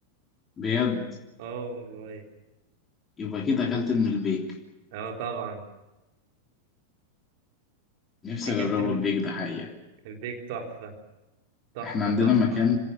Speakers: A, on the left; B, on the right.
A: بجد
B: اه والله
A: يبقى كده أكلت من البيك
B: اه طبعا
A: نفسي
B: أكلت
A: أجربه
B: من
A: البيك ده حقيقة
B: البيك تحفة تحفة
A: إحنا عندنا
B: تحفة
A: مكان